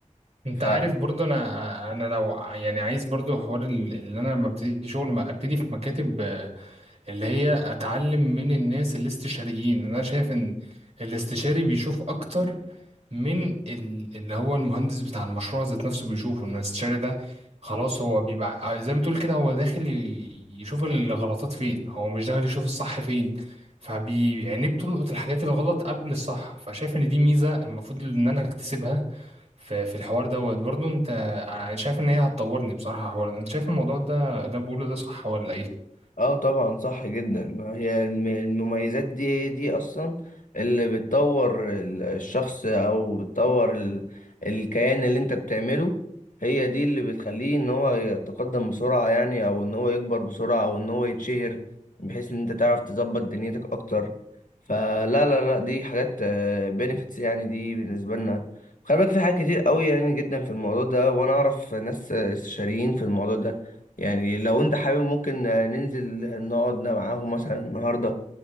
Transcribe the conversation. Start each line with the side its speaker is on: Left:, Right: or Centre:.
Right: انت
Left: اساسا
Right: عارف برضو انا انا لو يعني عايز برضو حوار ال- اللي انا لما ابتدي شغل ما ابتدي في مكاتب آه، اللي هي اتعلم من الناس الاستشاريين انا شايف ان الاستشاري بيشوف اكتر من ال- اللي هو المهندس بتاع المشروع ذات نفسه بيشوفه ان الاستشاري ده خلاص هو بيبقى آه، زي ما تقول كده هو داخل ي- يشوف الغلطات فين هو مش داخل يشوف الصح فين فبيعني بتلقط الحاجات الغلط قبل الصح فشايف ان دي ميزة المفروض ان انا اكتسبها في في الحوار دوت برضو انت ع- شايف ان هي هتطورني بصراحة الحوار ده انت شايف الموضوع ده اللي أنا بقوله ده صح ولا ايه
Left: اه طبعا صح جدا ما هي الم- المميزات دي هي دي اصلا اللي بتطور ال- الشخص او بتطور ال- الكيان اللي انت بتعمله هي دي اللي بتخليه ان هو يتقدم بسرعة يعني او ان هو يكبر بسرعة او ان هو يتشهر بحيث ان انت تعرف تظبط دنيتك اكتر فلا لا لا دي حاجات بنفيتس يعني دي بالنسبة لنا خلي بالك في حاجات كتير قوي يعني جدا في الموضوع ده وانا اعرف ناس استشاريين في الموضوع ده يعني لو انت حابب ممكن ننزل نقعد معاهم مثلا النهارده